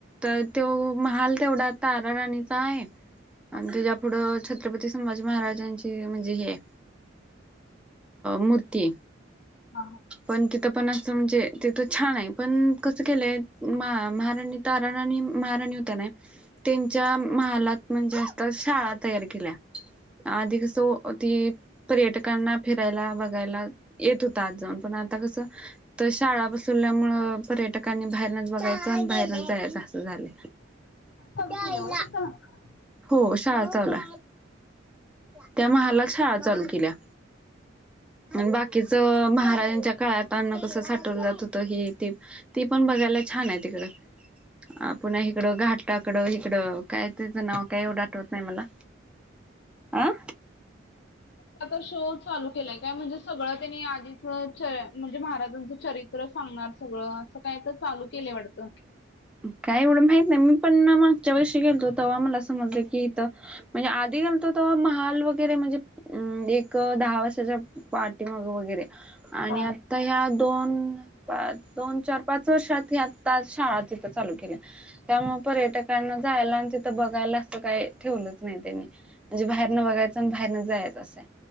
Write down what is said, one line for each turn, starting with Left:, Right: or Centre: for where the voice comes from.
Centre: तो महाल तेवढा तारा राणीचा आहे
Left: ह्
Centre: आणि त्याच्या पुुढं छत्रपती संभाजी महाराजांची म्हणजे हे मूर्ती
Left: हा
Centre: पण तिथं पण असं म्हणजे तिथं छान आहे पण कसं केलंय महाराणी ताराणणी महाराणी होत नाही त्यांच्या महालात म्हणजे असत शाळा तयार केल्या आधी कसो ती पर्यटकांना फिरायला बघायला येत हो तात जाऊन पण आता कसं तर शाळा बसवल्यामु पर्यटकांनी बाहेरनच बघायचं आणि बाहेरच जायचं असं झालं
Left: चालू
Centre: आई
Left: केल्या होय तिथं
Centre: हो शाळा चाला त्या महाला शाळा चालू केल्या बाकी महाराजांच्या काळात अन्न कसं साठवलं जात होतं हे ते ती पण बघायला छान आहे तिकडं अ पुन्हा इकडं घाटाकडं इकडं काय त्याचं नाव काय एवढं आठवत नाही मला आं
Left: प आता शो चालू केलाय काय म्हणजे सगळं त्यांनी आधीच च म्हणजे महाराजांचं चरित्र सांगणार सगळं असं काय तर चालू केलंय वाटतं
Centre: काय एवढं माहित नाही मी पण मागच्या वर्शीी गेलो ते्हा मला समजलं की इथं म्हणजे आधी घालतो तर महाल वगैरे म्हणजे अम् एक दहा वाजताच्या पार्टी मग वगैरे आणि
Left: हा.
Centre: आता ह्या दोन पा दोन चार पाच वर्षात ह आ ताश चित्र चालू केलं त्या म पर्यटकांना जायला आणि तिथं बघायला असं काही ठेवलंच नाही त्यानी म्हणे बाहेरनं बघायं आणिण बाहेर जायं